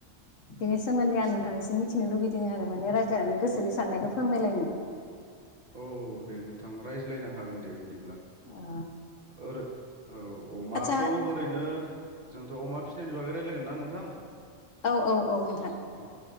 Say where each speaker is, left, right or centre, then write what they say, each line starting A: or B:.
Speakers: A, on the left; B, on the right.
A: बेनि सोमोन्दै आं नोंथांनि जों मिथिनो लुुबैदों आरो माने रायज्लायनानै गोसोनि साननायखौ फोरमायलायनो।
B: औ दे नोंथां रायज्लायनो हागोन दे बि बिदिब्ला
A: ओ
B: ओरै औ अमाखौ
A: आदसा
B: ओरैनो जोंथ' अमा फिसिनायनि बागै रायजलायगोन ना नोंथां।
A: औ औ औ नोंथां।
B: औ